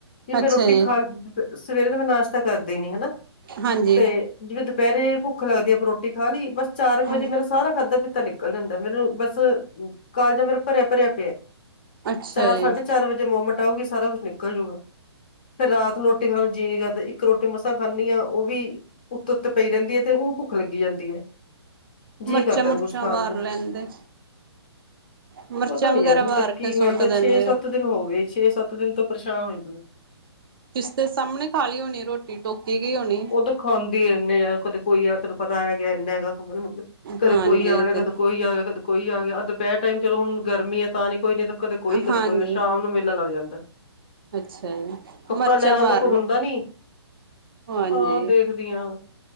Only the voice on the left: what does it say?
ਵੀ
ਮੈਂ ਰੋਟੀ
ਖਾ ਸਵੇਰੇ ਦਾ ਮੈਂ ਨਾਸ਼ਤਾ ਕਰਦੀ ਨੀ ਹਨਾ
ਤੇ ਜਿਵੇਂ ਦੁਪਹਿਰੇ ਭੁੱਖ ਲੱਗਦੀ ਆਪਾਂ ਰੋਟੀ ਖਾ ਲਈ ਬਸ ਚਾਰ ਕੁ
ਵਜੇ ਮੇਰੇ ਸਾਰਾ ਖਾਦਾ ਪੀਤਾ ਨਿਕਲ ਜਾਂਦਾ ਮੈਨੂੰ ਬਸ ਕਾਲਜ ਮੇਰੇ ਭਰੇ ਭਰੇ ਪਿਆ
ਚਾਰ
ਸਾਢੇ ਚਾਰ ਵਜੇ ਦੇ ਮੂਮੈਂਟ ਆਊਗੀ ਸਾਰਾ ਕੁਝ ਨਿਕਲ ਤੇ ਰਾਤ ਨੂੰ ਰੋਟੀ ਖਾਣ ਨੂੰ ਜੀ ਕਰਦਾ ਇੱਕ ਰੋਟੀ ਮਸਾ ਫਾਨੀ ਆ ਉਹ ਵੀ ਉਤ ਪਈ ਰਹਿੰਦੀ ਹ ਤੇ ਉਹ ਭੁੱਖ ਲੱਗੀ ਜਾਂਦੀ ਹ
ਜੀ ਕਰਦਾ
ਨੇ ਕੁਝ ਖਾਣ
ਨੂੰ
ਪਤਾ ਨੀ
ਤੇ ਕੀ
ਹੋਇਆ
ਛੇ ਸੱਤ ਦਿਨ ਹੋ ਗਏ ਛੇ ਸੱਤ ਦਿਨ ਤੋਂ ਪ੍ਰਸ਼ਾਨ ਹੋਈ
ਉਹ ਤੂੰ ਖਾਂਦੀ ਯਾਰ ਕਦੇ ਕੋਈ ਤੈਨੂੰ ਪਤਾ ਆ ਗਿਆ ਇਨਾ ਕਦੇ
ਕੋਈ ਆ
ਗਿਆ
ਕਦੇ ਕੋਈ ਆ ਗਿਆ ਕਦੇ ਕੋਈ ਆ ਗਿਆ ਦੁਪਹਿਰ ਟਾਈਮ ਚਲੋ ਹੁਣ ਗਰਮੀ ਹ ਤਾਂ ਨਹੀਂ ਕੋਈ ਨਹੀਂ ਤਾਂ ਕਦੇ ਕੋਈ ਕਦੇ
ਕੋਈ ਸ਼ਾਮ ਨੂੰ ਮੇਲਾ ਲੱਗ ਜਾਂਦਾ
ਕੱਪੜਾ
ਲੈਣ ਵਾਲ
ਤਾਂ ਕੋਈ
ਹੁੰਦਾ ਨੀ
ਹਾਂ ਦੇਖਦੀ ਹਾਂ